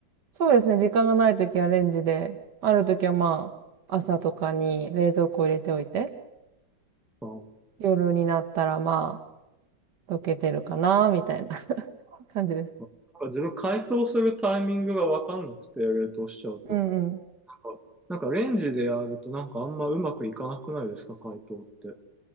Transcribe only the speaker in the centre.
あー
なんか自分解凍するタイミングが分かんなくて、冷凍しちゃうと。
なんか、なんかレンジでやるとなんかあんまうまくいかなくないですか解凍って。